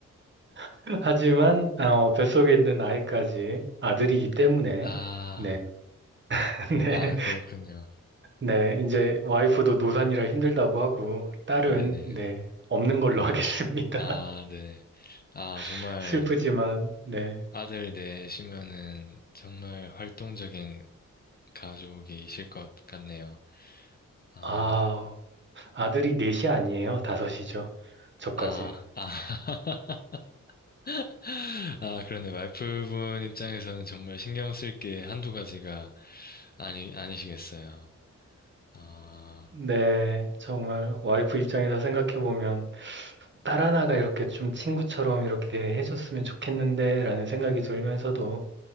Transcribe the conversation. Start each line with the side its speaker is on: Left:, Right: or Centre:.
Right: <laughs> 하지만, 어, 뱃속에 있는 아이까지 아들이기 때문에,
Left: 아,
Right: 네, <laughs> 네.
Left: 아, 그렇군요.
Right: 네, 이제 와이프도 노산이라 힘들다고 하고, 딸은,
Left: 네네.
Right: 네, 없는 걸로 <laughs> 하겠습니다.
Left: 아, 네. 아, 정말
Right: <laughs> 슬프지만, 네.
Left: 아들 내시면은 정말 활동적인 가족이실 것 같네요. 아,
Right: 아, 아들이 넷이 아니에요. 다섯이죠. 저까지.
Left: 아, 아. <laughs> 아, 그러네. 와이프분 입장에서는 정말 신경 쓸게 한두 가지가 아니, 아니시겠어요. 아,
Right: 네, 정말 와이프 입장에서 생각해보면, 딸 하나가 이렇게 좀 친구처럼 이렇게 해줬으면 좋겠는데, 라는 생각이 들면서도,